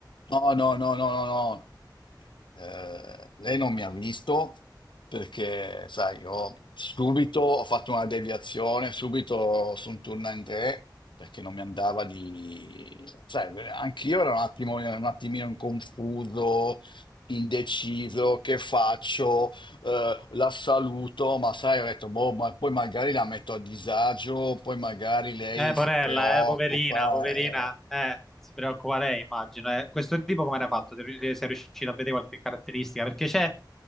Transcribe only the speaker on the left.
No, no, no, no, no, no. Eh, lei non mi ha visto perché, sai, io subito ho fatto una deviazione, subito sono tornato in tre perché non mi andava di... Sai, anch'io ero un attimo, un attimino in confuso, indeciso, che faccio? Eh, la saluto, ma sai, ho detto, boh, ma poi magari la metto a disagio, poi magari lei
si preoccupa.
eh.